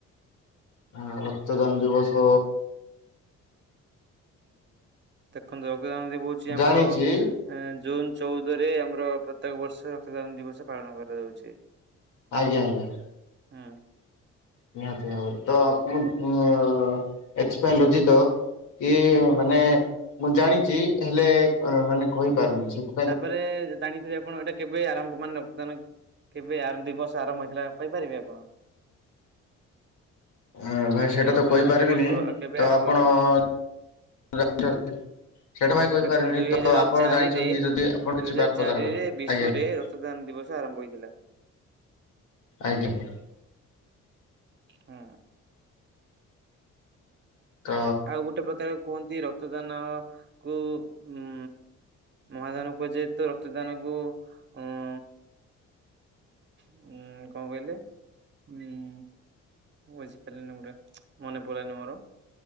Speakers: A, on the left; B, on the right.
A: ଆଁ ରକ୍ତଦାନ ଦିବସ
B: ଦେଖନ୍ତୁ ରକ୍ତଦାନ <unintelligible> ହଉଛି ଆମର
A: ଜାଣିଛି
B: ଏଁ ଜୁନ ଚଉଦରେ ଆମର ପ୍ର ତ୍ୟେକ ବର୍ଷ ରକ୍ତଦାନ ଦିବସ ପାଳନ କରାଯାଉଛି।
A: ଆଜ୍ଞା ଆଜ୍ଞା।
B: ହୁଁ।
A: ନିହାତି ଭାବରେ। ତ ମୁଁ ଉଁ ଏଥିପାଇଁ ଲଜ୍ଜିତ କି ମାନେ ମୁଁ ଜାଣିଛି ହେଲେ ଅଁ ମାନେ କହିପାରୁନି ସେଥ୍
B: ତା ପରେ ଜା-ଜାଣିଥିବେ ଆପ୍ ପଣ ଏଇଟା କେବେ ଆରମ୍ଭ ମାନେ ରକ୍ତଦାନ କେବେ ଆର୍ ଦିବସ ଆରମ୍ଭ ହେଇଥିଲା କହିପାରିବେ ଆପଣ?
A: ଅଁ ଭାଇ
B: ଏଇ
A: ସେଇଟା
B: ଯୋଉ ରକ୍ତଦାନ
A: ତ କହିପାରିବିନି
B: ଦିବସ ଆଉ କେବେ
A: ତ
B: ଆରମ୍ଭ
A: ଆପଣ
B: ହେଇଥିଲା?
A: ଯଦି ଜାଣିଛନ୍ତି ସେଇଟା ଭାଇ କହିପାରୁନି
B: ଦେଖନ୍ତୁ ଦୁଇ
A: ତ
B: ହଜାର
A: ଆପଣ
B: ଚାରିରେ
A: ଜାଣିଛନ୍ତି ଯଦି ଆପଣ
B: ଦୁଇ
A: କିଛି
B: ହଜାର
A: ବାତ୍।
B: ଚାରିରେ
A: <unintelligible> ଆଜ୍ଞା
B: ବିଶ୍ଵରେ
A: ଆଜ୍ଞା।
B: ରକ୍ତଦାନ ଦିବସ ଆରମ୍ଭ ହୋଇଥିଲା।
A: ଆଜ୍ଞା ଆଜ୍ଞା।
B: ହୁଁ।
A: ଆଜ୍ଞା ତ
B: ଆଉ ଗୋଟେ ପ୍ରକାର କୁହନ୍ତି ରକ୍ତଦାନକୁ ଉଁ ମହାଦାନ କୁହାଯାଏ ତ ରକ୍ତଦାନକୁ ଉଁ ଉଁ କଣ କହିଲେ ଉଁ ବୁଝିପାରିଲିନି ଗୁଡେ ମନେ ପଡିଲାନି ମୋର